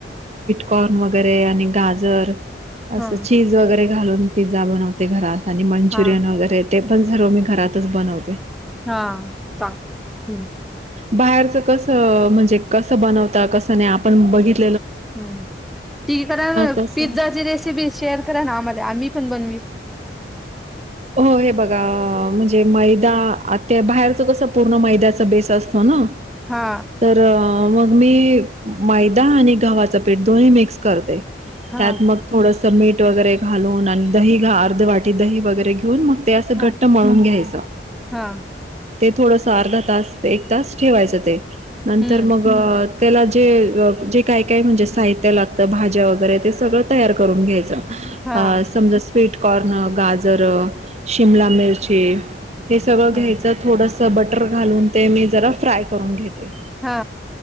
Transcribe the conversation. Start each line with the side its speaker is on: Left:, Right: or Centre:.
Right: कॉर्न वगैरे आणि गाजर
Centre: हा
Right: असं चीज वगैरे घालून पिझ्झा बनवते घरात. आणि मंचुरियन
Centre: हा
Right: वगैरे ते पण सर्व मी घरातच बनवते.
Centre: हा सांग हं.
Right: बाहेरच कस म्हणजे कसं बनवता कसं नाही आपण बघितलं
Centre: हम्म ठी करा ना
Right: कसं
Centre: पिझ्झाची रेसिपी शेअर करा ना आम्हाला आम्ही पण बनवी <unintelligible>
Right: हो हे बघा म्हणजे मैदा आ त्या बाहेरच कस पूर्ण मैद्याचा बेस असतो ना
Centre: हा
Right: तर मग मी मैदा आणि गव्हाचं पीठ दोन्ही मिक्स करते
Centre: हा
Right: त्यात मग थोडसं मीठ वगैरे घालून आणि दही अर्ध वाटी दही वगैरे घेऊन मग ते असं घट्ट
Centre: हा
Right: मळून घ्यायच
Centre: हा
Right: ते थोड अर्धा तास एक तास ठेवायचं ते नंतर
Centre: हम्म
Right: मग त्याला जे जे काय काय म्हणजे साहित्य लागतं भाज्या वगैरे ते सगळं तयार करून घ्यायचं
Centre: हा
Right: अ समजा स्वीटकॉर्न गाजर शिमला मिरची हे सगळं
Centre: हम्म
Right: घ्यायचं थोडंसं बटर घालून ते मी जरा फ्राय करून घेते
Centre: हा